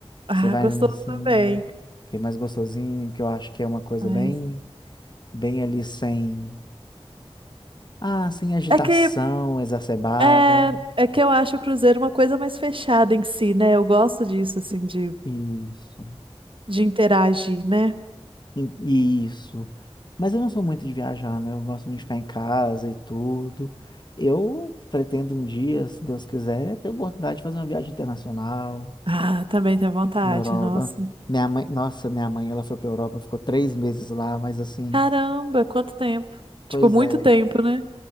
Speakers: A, on the right (about 55°); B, on the left (about 45°).
A: Ah,
B: você vai
A: gostoso
B: assim,
A: também.
B: que é mais gostosinho, que eu acho que é uma coisa
A: Mas...
B: bem, bem ali sem, ah, sem agitação
A: É que
B: exacerbada.
A: é, é que eu acho o Cruzeiro uma coisa mais fechada em si, né? Eu gosto disso, assim, de,
B: Isso.
A: de interagir, né?
B: E- Isso. Mas eu não sou muito de viajar, né? Eu gosto muito de ficar em casa e tudo. Eu pretendo um dia, se Deus quiser, ter a oportunidade de fazer uma viagem internacional
A: Ah, também tenho vontade,
B: na Europa.
A: nossa.
B: Minha mãe, nossa, minha mãe, ela foi para Europa, ficou três meses lá, mas assim,
A: Caramba, quanto tempo.
B: pois
A: Tipo, muito
B: é,
A: tempo, né?